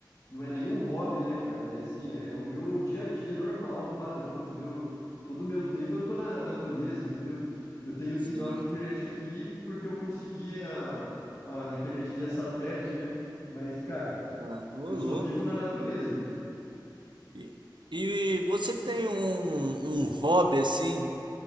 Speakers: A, on the left; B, on the right.
A: não é nenhum hobby, né, cara? É assim, é, é o meu dia a dia normal, padrão, entendeu? Todo o meu tempo eu tô na natureza, entendeu? Eu tenho
B: sim.
A: sinal de internet aqui porque eu consegui a, a internet via satélite, né? Mas, cara,
B: Ah, ô
A: eu
B: louco.
A: só vivo na natureza.
B: E, e você tem um, um hobby assim